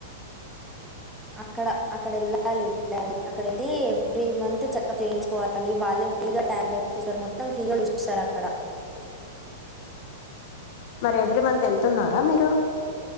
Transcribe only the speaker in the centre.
అక్కడ అక్కడ వెళ్ళాలి డాడీ అక్కడ వెళ్ళి ఎవ్రీ మంత్ చెకప్ చేయించుకోవాలి వాళ్ళే ఫ్రీగా టాబ్లెట్స్ తీస్తారు మొత్తం ఫ్రీగా చూస్తుస్తారు అక్కడ